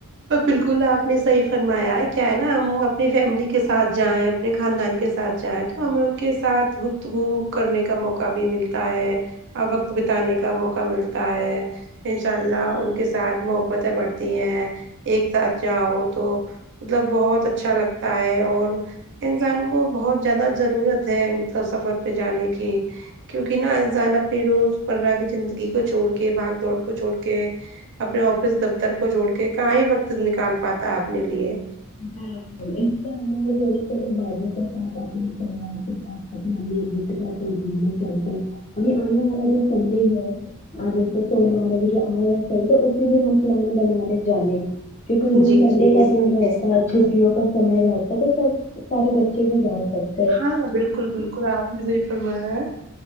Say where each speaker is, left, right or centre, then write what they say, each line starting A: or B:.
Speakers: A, on the right; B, on the left.
A: پر بالکل آپ نے صحیح فرمایا ہے کیا ہے نا ہم اپنی فیملی کے ساتھ جائیں اپنے خاندان کے ساتھ جائیں تو ہمیں ان کے ساتھ گفتگو کرنے کا موقع بھی ملتا ہے آ وقت بتانے کا موقع ملتا ہے انشاء اللہ ان کے ساتھ محبتیں بڑھتی ہیں ایک ساتھ جاؤ تو مطلب بہت اچھا لگتا ہے اور انسان کو بہت زیادہ ضرورت ہے مطلب سفر پہ جانے کی کیونکہ نا انسان اپنی روزمرہ کی زندگی کو چھوڑ کے بھاگ دوڑ کو چھوڑ کے اپنے آفس دفتر کو جوھڑ کے کہ ہی وقت نکال پاتا اپنے لیے
B: ہاو <unintelligible> سات اپنے پریوار کا ساتھ اپنے امی ابو جاتے گومنا چالتے ابھی آنے والا جو سنڈے ہی ہے <unintelligible> پلان بنا رہے جانے کا کیونکہ اسدن
A: جی
B: سنڈے
A: جی بے
B: کا
A: شک
B: دن رہتا
A: بے شک
B: ہے چھٹی چھٹی کا سمے رہتا ہے تو سب سارے بچے بھی جا سکت
A: ہاں ہاں بالکل بالکل آپ نے صحیح فرمایا ہے